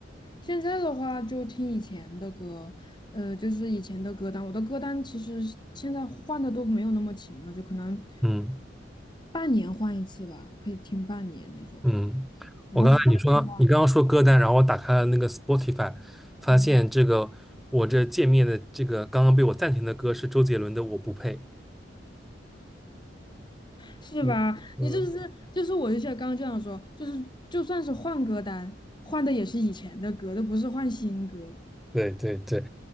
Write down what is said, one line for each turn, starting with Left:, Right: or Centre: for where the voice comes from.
Left: 现在的话就听以前的歌，呃，就是以前的歌单。我的歌单其实现在换的都没有那么勤了，就可能
Centre: 嗯
Left: 半年换一次吧，可以听半年那种。
Centre: 嗯，
Left: 然后换，
Centre: 我刚才你说你刚刚说歌单，
Left: 的话，
Centre: 然后我打开了那个 Spotify，发现这个我这界面的这个刚刚被我暂停的歌是周杰伦的《我不配》。
Left: 嗯，是吧？
Centre: 嗯嗯，
Left: 你就是就是我就像刚刚这样说，就是就算是换歌单，换的也是以前的歌，都不是换新歌。
Centre: 对对对，